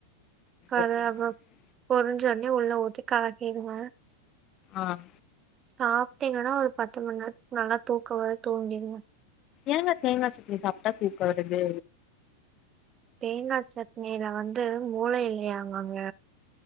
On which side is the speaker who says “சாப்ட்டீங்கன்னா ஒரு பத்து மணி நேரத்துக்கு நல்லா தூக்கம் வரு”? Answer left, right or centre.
Right